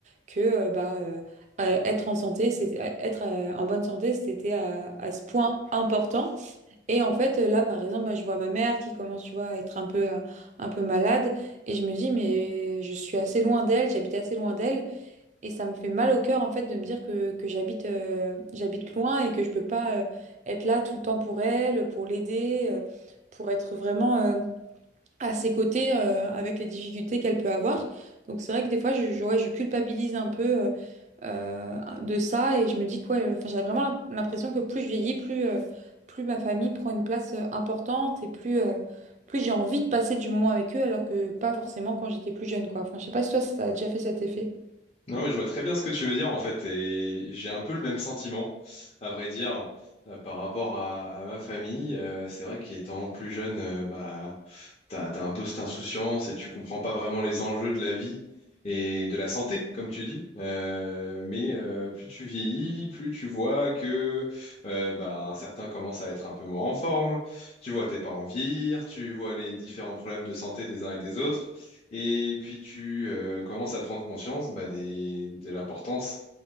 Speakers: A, on the right; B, on the left.
A: que euh, bah, euh, euh, être en santé, c'est euh, être euh, en bonne santé, c'était à, à ce point important. Et en fait, euh, là, par exemple, bah, je vois ma mère qui commence, tu vois, à être un peu, euh, un peu malade, et je me dis, mais je suis assez loin d'elle, j'habite assez loin d'elle, et ça me fait mal au cœur, en fait, de me dire que, que j'habite, euh, j'habite loin et que je peux pas euh, être là tout le temps pour elle, pour l'aider, euh, pour être vraiment, euh, à ses côtés euh, avec les difficultés qu'elle peut avoir. Donc c'est vrai que des fois, je, je- ouais, je culpabilise un peu euh, euh, de ça et je me dis que ouais, enfin, j'ai vraiment l'impression que plus je vieillis, plus, euh, plus ma famille prend une place euh, importante et plus, euh, plus j'ai envie de passer du moment avec eux alors que pas forcément quand j'étais plus jeune, quoi. Enfin, je sais pas si toi, ça t'a déjà fait cet effet.
B: Non, mais je vois très bien ce que tu veux dire en fait, et j'ai un peu le même sentiment, à vrai dire, euh, par rapport à, à ma famille. Euh, c'est vrai qu'étant plus jeune, euh, bah, t'as, t'as un peu cette insouciance et tu comprends pas vraiment les enjeux de la vie et de la santé, comme tu dis. Euh, mais euh, plus tu vieillis, plus tu vois que euh, bah, certains commencent à être un peu moins en forme. Tu vois tes parents vieillir, tu vois les différents problèmes de santé des uns et des autres. Et puis tu euh, commences à prendre conscience bah, des, de l'importance